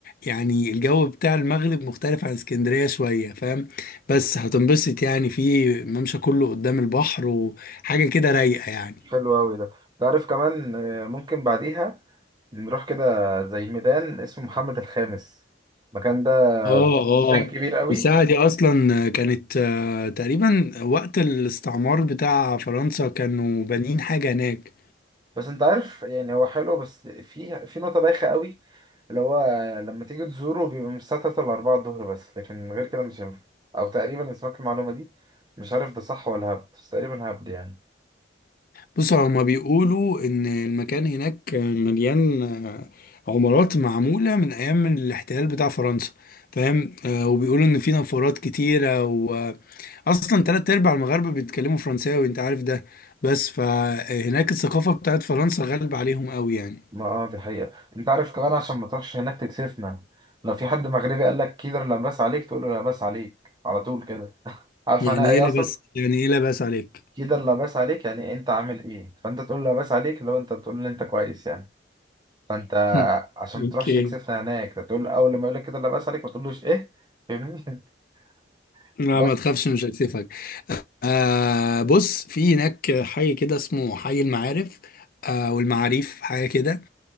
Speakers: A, on the left (about 50°); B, on the right (about 25°).
A: يعني الجو بتاع المغرب مختلف عن اسكندرية شوية فاهم بس هتنبسط يعني في ممشى كله قدام البحر وحاجة كده رايقة يعني
B: حلو أوي ده تعرف كمان آه، ممكن بعديها نروح كده زي ميدان اسمه محمد الخامس المكان ده
A: اه اه
B: كان كبير أوي
A: الساعة دي أصلا كانت آه، تقريبا وقت الاستعمار بتاع فرنسا كانوا بانيين حاجة هناك
B: بس انت عارف يعني هو حلو بس في في نقطة بايخة قوي اللي هو لما تيجي تزوره بيبقى من الساعة 3 ل 4 الظهر بس لكن غير كده مش هينفع او تقريبا انا سمعت المعلومة دي مش عارف ده صح ولا هبد بس تقريبا هبد يعني
A: بصوا هما بيقولوا إن المكان هناك مليان آه، عمارات معمولة من أيام الاحتلال بتاع فرنسا فاهم آه، وبيقولوا إن في نفورات كتيرة وأصلا تلات أرباع المغاربة بيتكلموا فرنساوي أنت عارف ده بس فهناك الثقافة بتاعت فرنسا غالبة عليهم قوي يعني
B: ما اه دي حقيقة انت عارف كمان عشان ما تروحش هناك تكسفنا لو في حد مغربي قال لك كده لا باس عليك تقول له لا باس عليك على طول كده عارف
A: يعني
B: انا ايه
A: إيه لبس
B: اصلا
A: يعني إيه لبس عليك
B: كده لا باس عليك يعني انت عامل ايه فانت تقول لا باس عليك لو انت بتقول ان انت كويس يعني فانت
A: <laughs>
B: عشان
A: اوكي
B: ما تروحش تكسفنا هناك تقول اول لما يقول لك كده لا باس عليك ما تقولوش ايه فاهمني <laughs>
A: لا
B: بس
A: ما تخافش مش هكسفك آه بص في هناك حي كده اسمه حي المعارف آه والمعاريف حاجه كده